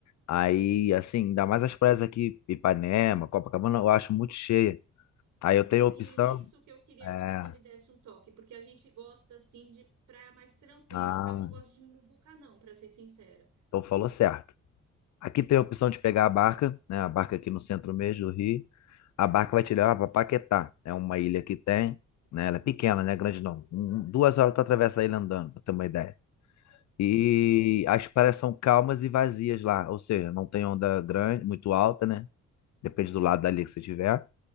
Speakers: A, on the left; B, on the right.
A: Aí, assim, ainda mais as praias aqui, Ipanema, Copacabana, eu acho muito cheia. Aí eu tenho a opção.
B: Sim, isso que eu queria
A: É.
B: que você me desse um toque, porque a gente gosta assim de praia mais tranquila,
A: Ah,
B: sabe? Não gosto de muvuca, não, para ser sincera.
A: então falou certo. Aqui tem a opção de pegar a barca, né? A barca aqui no centro mesmo do Rio. A barca vai te levar para Paquetá. É uma ilha que tem, né? Ela é pequena, né? Grande não. Um- um, duas horas tu atravessa a ilha andando, pra ter uma ideia. E
B: Legal.
A: as praias são calmas e vazias lá, ou seja, não tem onda grande, muito alta, né? Depende do lado da ilha que você tiver.